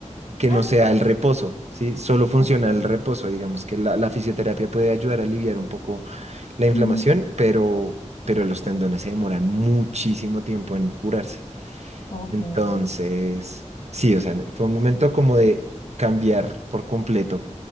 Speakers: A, on the right (about 60°); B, on the left (about 70°).
A: que
B: Ah,
A: no sea el reposo, ¿sí? Solo funciona
B: ok.
A: el reposo, digamos que la, la fisioterapia puede ayudar a aliviar un poco la inflamación,
B: Ujú,
A: pero, pero los tendones se demoran muchísimo tiempo en curarse.
B: Ok.
A: Entonces, sí, o sea, fue un momento como de cambiar por completo